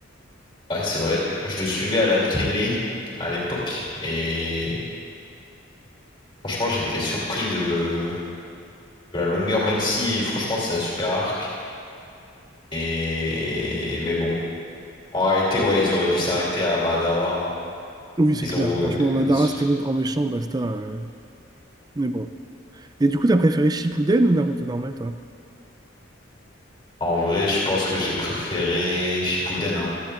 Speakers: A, on the left; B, on the right.
A: Ouais, c'est vrai. Je le suivais à la télé à l'époque et franchement, j'étais surpris de, de la longueur, même si franchement, c'est un super arc. Et mais bon, en réalité, ouais, ils auraient dû s'arrêter à Madara. hein.
B: Oui, c'est
A: Ils
B: clair.
A: ont,
B: Franchement,
A: euh,
B: Madara,
A: ils, sont-
B: c'était le grand méchant, basta. euh, mais bon. Et du coup, t'as préféré Shippuden ou Naruto normal, toi?
A: En vrai, je pense que j'ai préféré Shippuden, hein.